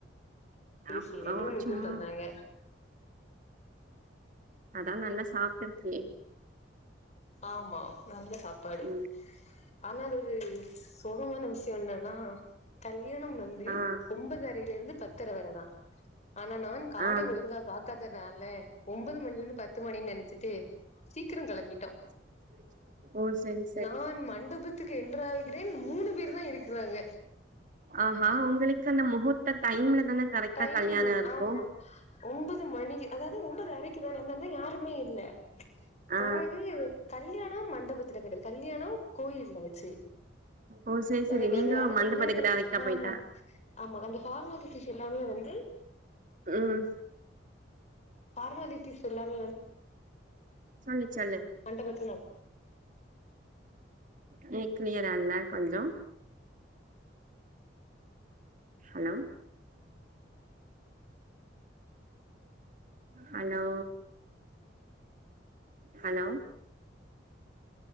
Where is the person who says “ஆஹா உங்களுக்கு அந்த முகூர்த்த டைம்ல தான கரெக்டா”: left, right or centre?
Right